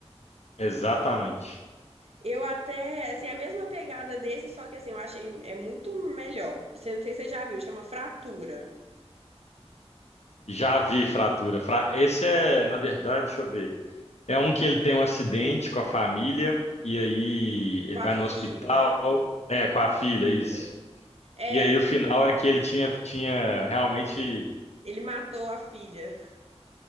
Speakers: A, on the left (about 75°); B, on the right (about 65°).
A: Exatamente.
B: Eu até, assim, a mesma pegada desse, só que assim, eu achei é muito melhor. Você não sei se você já viu, chama Fratura,
A: Já vi Fratura. Fra- Esse é, na verdade, deixa eu ver. É um que ele tem um acidente com a família, e aí ele
B: com
A: vai
B: a filha.
A: no hospital, é, com a filha, isso.
B: Isso. É,
A: E aí o final é que ele tinha, tinha realmente
B: ele matou a filha.